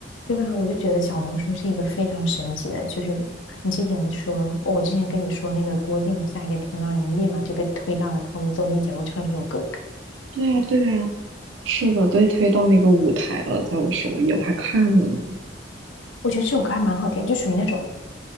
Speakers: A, on the left (about 80°); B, on the right (about 70°).
A: 对吧？我就觉得小红书是一个非常神奇的，就是你之前说，我之前跟你说那个郭靖的下一个天亮，你立马就被推到了他们综艺节目唱这首歌。
B: 对呀，对呀，是的，对推到那个舞台了，在我首页，我还看了呢。
A: 我觉得这首歌还蛮好听，就属于那种，